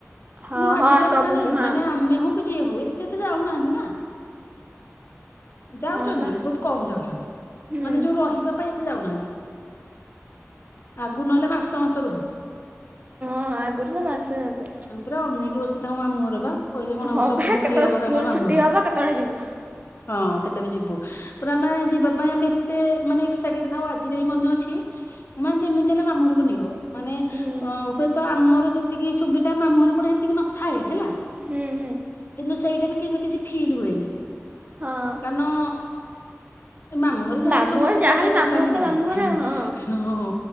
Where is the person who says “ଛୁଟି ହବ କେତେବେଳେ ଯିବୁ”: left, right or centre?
Right